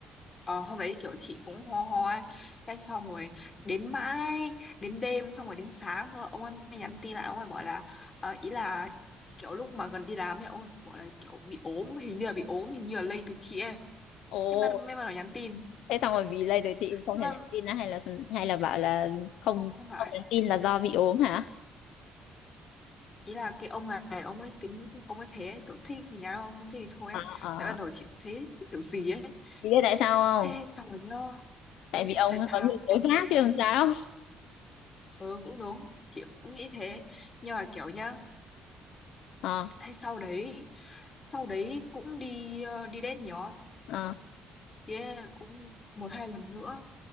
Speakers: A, on the left (about 35°); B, on the left (about 80°).
A: Ờ, hôm đấy kiểu chị cũng ho ho ấy. Cái xong rồi đến mãi đến đêm xong rồi đến sáng cơ ông ấy mới nhắn tin lại ông ấy bảo là ờ, ý là kiểu lúc mà gần đi làm ấy ông ấy bảo là kiểu bị ốm hình như là bị ốm hình như là lây từ chị ấy
B: Ồ,
A: thế mà may mà nó nhắn tin
B: thế xong rồi vì lây rồi chị không
A: Nhưng mà
B: thèm nhắn tin á hay là hay là bảo là không
A: không không phải
B: không nhắn tin là do bị ốm hả?
A: ý là cái ông này ông ấy tính ông ấy thế ấy, kiểu thích thì nhắn không không thích thì thôi
B: Ờ
A: ấy.
B: ờ.
A: tại ban đầu chị thấy cứ kiểu gì ấy
B: Chị biết tại sao không?
A: thế xong rồi nhớ
B: Tại
A: biết
B: vì ông
A: tại sao
B: có nhiều tối
A: em
B: khác
A: em nói
B: chứ làm sao?
A: ừ cũng đúng chị cũng nghĩ thế nhưng mà kiểu nhá
B: Ờ
A: hay sau đấy sau đấy cũng đi ờ, đi đến nhiều không?
B: ờ.
A: đi date cũng một hai lần nữa